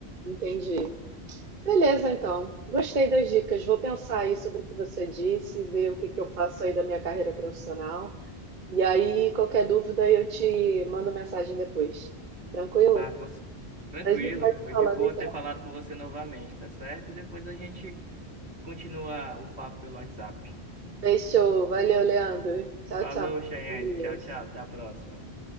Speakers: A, on the right (about 50°); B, on the right (about 85°).
A: Entendi. Beleza, então. Gostei das dicas. Vou pensar aí sobre o que você disse, ver o que que eu faço aí da minha carreira profissional. E aí, qualquer dúvida, eu te mando mensagem depois. Tranquilo?
B: Ah, cons- tranquilo,
A: A gente vai se
B: foi
A: falando
B: de boa
A: então.
B: ter falado com você novamente, tá certo? Depois a gente Continua o papo pelo WhatsApp.
A: Fechou. Valeu, Leandro. Tchau,
B: Falou,
A: tchau. Fica
B: Chayane.
A: com Deus.
B: Tchau, tchau. Até a próxima.